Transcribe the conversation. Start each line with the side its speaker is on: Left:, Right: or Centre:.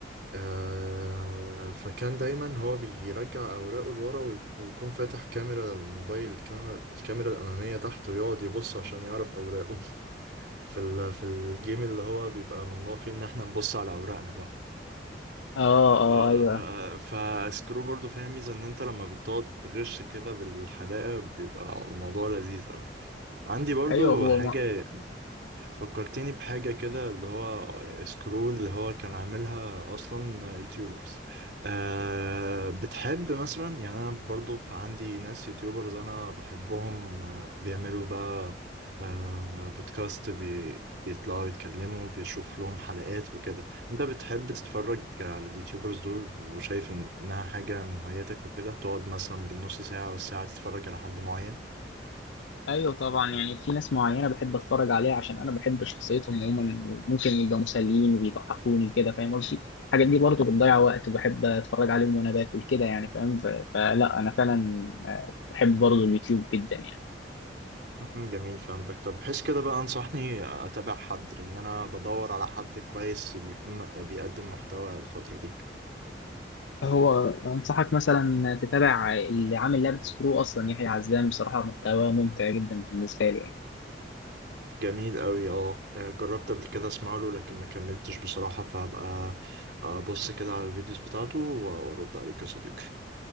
Right: آه فكان دايما هو بيرجع اوراقه لورا وي- ويكون فاتح كاميرا الموبايل الكاميرا الكاميرا الاماميه تحت ويقعد يبص عشان يعرف اوراقه في ال في الجيم اللي هو بيبقى ممنوع فيه ان احنا نبص على اوراقنا ده
Left: اه
Right: ف...
Left: اه ايوه
Right: فسكرو برضو فيها ميزة ان انت لما بتقعد تغش كده بالحدائق بيبقى الموضوع لذيذ قوي عندي برضو
Left: ايوه هو
Right: حاجة
Left: م...
Right: فكرتني بحاجة كده اللي هو سكرول اللي هو كان عاملها أصلا يوتيوبرز أه بتحب مثلا يعني أنا برضو عندي ناس يوتيوبرز أنا بحبهم آه، بيعملوا بقى أه بودكاست بي بيطلعوا يتكلموا بيشوف لهم حلقات وكده أنت بتحب تتفرج على اليوتيوبرز دول وشايف إنها حاجة من هواياتك وكده تقعد مثلا بالنص ساعة والساعة تتفرج على حد معين؟
Left: ايوه طبعا يعني في ناس معينه بحب اتفرج عليها عشان انا بحب شخصيتهم عموما ممكن يبقى مسليين وبيضحكوني كده فاهم قصدي الحاجات دي برضه بتضيع وقت وبحب اتفرج عليهم وانا باكل كده يعني فاهم ف- فلا انا فعلا آه، بحب برضه اليوتيوب جدا يعني
Right: مم، جميل فهمتك طب بحيث كده بقى انصحني اتابع حد لان انا بدور على حد كويس بيكون بيقدم محتوى الفترة دي
Left: هو انصحك مثلا تتابع اللي عامل لعبه سكرو اصلا يحيى عزام بصراحه محتواه ممتع جدا بالنسبه له يعني
Right: جميل قوي اه جربت قبل كده اسمع له لكن ما كملتش بصراحة فهبقى ابص كده على الفيديوز بتاعته وارد عليك يا صديقي